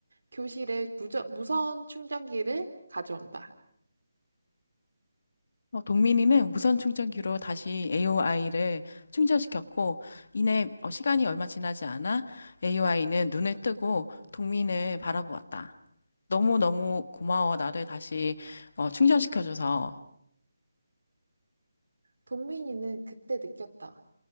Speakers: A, on the right (about 85°); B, on the left (about 45°).
A: 교실에 무저, 무선 충전기를 가져온다.
B: 어, 동민이는 무선 충전기로 다시 AOI를 충전시켰고, 이내 어, 시간이 얼마 지나지 않아 AOI는 눈을 뜨고 동민을 바라보았다. 너무너무 고마워. 나를 다시 어, 충전시켜줘서.
A: 동민이는 그때 느꼈다.